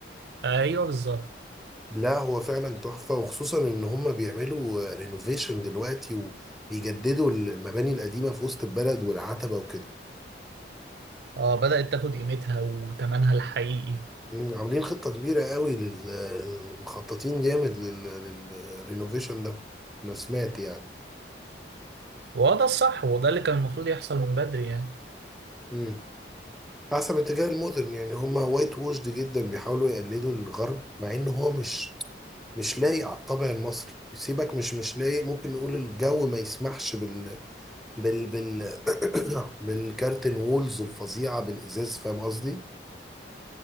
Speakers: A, on the right; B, in the centre.
A: ايوه بالظبط
B: لا هو فعلا تحفه وخصوصا ان هم بيعملوا رينوفيشن دلوقتي وبيجددوا المباني القديمه في وسط البلد والعتبه وكده
A: اه بدأت تاخد قيمتها وتمنها الحقيقي
B: مم، عاملين خطه كبيره قوي لل... مخططين جامد لل... للرينوفيشن ده انا سمعت يعني
A: وده الصح وده اللي كان المفروض يحصل من بدري يعني
B: مم. حسب اتجاه المودرن يعني هم وايت ووشد جدا بيحاولوا يقلدوا الغرب مع ان هو مش مش لايق على الطابع المصري سيبك مش مش لايق ممكن نقول الجو ما يسمحش بال بال بال <coughs> <clears throat> بالكارتن وولز الفظيعة بالإزاز فاهم قصدي؟